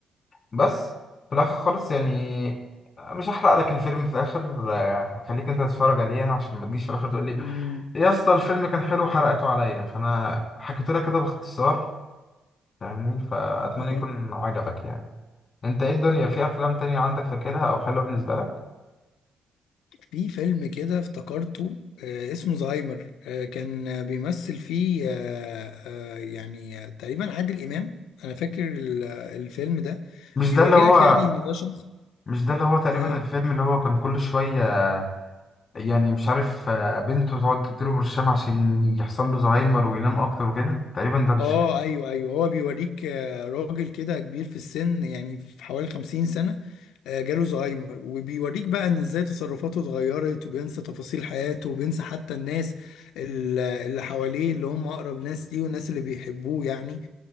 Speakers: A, on the left; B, on the left.
A: بس في الاخر خالص يعني مش هحرق لك الفيلم في الاخر آه، هخليك انت تتفرج عليه انا عشان ما تجيش في الاخر تقول لي
B: امم
A: "إيه يا اسطى الفيلم كان حلو وحرقته عليا فانا حكيت لك كده باختصار فاهمني فاتمنى
B: اه
A: يكون عجبك يعني انت ايه الدنيا في افلام تانية عندك فاكرها او حلوه بالنسبه لك
B: في فيلم كده افتكرته آه، اسمه زهايمر آه، كان بيمثل فيه آه، آه، يعني آه، تقريبا عادل إمام أنا فاكر ال- الفيلم ده
A: مش
B: بيوري
A: ده اللي هو
B: لك يعني إن ده شخص
A: مش ده اللي هو تقريبا
B: آه
A: الفيلم اللي هو كان كل شويه يعني مش عارف آه، بنته تقعد تديله برشام عشان يحصل له زهايمر وينام اكتر وكده تقريبا ده مش
B: آه أيوه أيوه هو بيوريك آه، راجل كده كبير في السن يعني في حوالي 50 سنة آه، جاله زهايمر وبيوريك بقى إن إزاي تصرفاته اتغيرت وبينسى تفاصيل حياته وبينسى حتى الناس ال- اللي حواليه اللي هم أقرب ناس ليه والناس اللي بيحبوه يعني